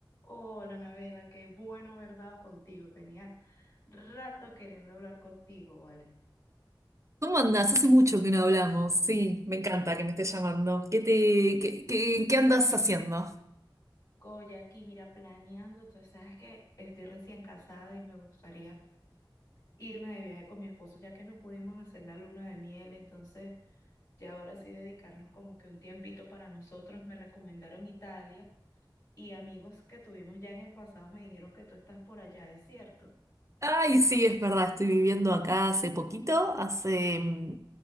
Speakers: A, on the left (about 50°); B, on the right (about 35°).
A: Hola, Anabela, qué bueno haber dado contigo. Tenía rato queriendo hablar contigo, ¿vale?
B: ¿Cómo andás? Hace mucho que no hablamos. Sí, me encanta que me estés llamando. ¿Qué te, qué, qué, qué andas haciendo?
A: Oye, aquí, mira, planeando, tú sabes que estoy recién casada y me gustaría irme de viaje con mi esposo, ya que no pudimos hacer la luna de miel, entonces ya ahora sí dedicarnos como que un tiempito para nosotros. Me recomendaron Italia y amigos que tuvimos ya en el pasado me dijeron que tú estás por allá, ¿es cierto?
B: Ay, sí, es verdad, estoy viviendo acá hace poquito, hace mm,